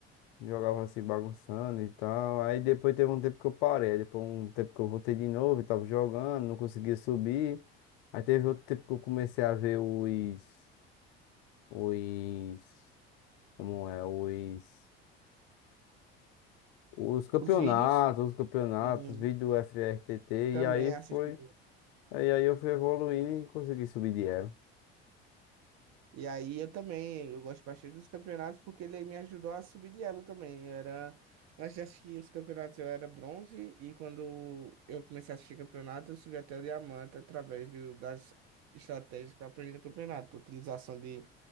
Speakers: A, on the left (about 60°); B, on the right (about 55°).
A: jogava assim bagunçando e tal. Aí depois teve um tempo que eu parei, aí depois um tempo que eu voltei de novo e tava jogando, não conseguia subir. Aí teve outro tempo que eu comecei a ver os, os, como é, os, os campeonatos,
B: Os vídeos,
A: os campeonatos,
B: sim,
A: vídeo do FRTT,
B: também
A: e aí
B: assisti
A: foi, aí, aí eu fui evoluindo e consegui subir de elo.
B: E aí eu também, eu gosto bastante dos campeonatos porque ele me ajudou a subir de elo também. Eu era, antes de assistir os campeonatos eu era bronze e quando eu comecei a assistir campeonato eu subi até o diamante através do, das estratégias que eu aprendi no campeonato. Utilização de,